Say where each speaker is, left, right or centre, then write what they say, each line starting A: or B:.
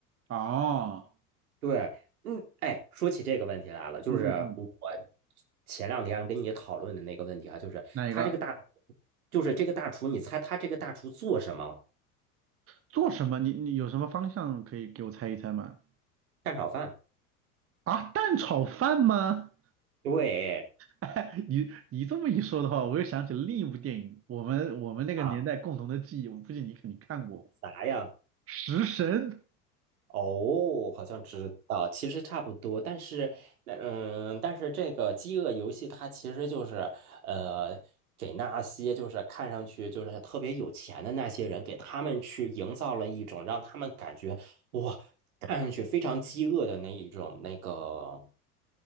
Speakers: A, on the right; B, on the right.
A: 哦，
B: 对，嗯，哎，说起这个问题来了，就是我
A: 嗯嗯嗯，
B: 前两天跟你讨论的那个问题啊，就是他这个大，
A: 哪一个？
B: 就是这个大厨，你猜他这个大厨做什么？
A: 做什么？你你有什么方向可以给我猜一猜吗？
B: 蛋炒饭。
A: 啊，蛋炒饭吗？
B: 对
A: <laughs> 你你这么一说的话，我又想起了另一部电影，我们我们那个年代共同的记忆，
B: 啊，
A: 我估计你肯定看过。
B: 啥呀？
A: 食神，
B: 哦，好像知道，其实差不多，但是，嗯，但是这个饥饿游戏它其实就是，呃，给那些就是看上去就是特别有钱的那些人，给他们去营造了一种让他们感觉哇，看上去非常饥饿的那一种那个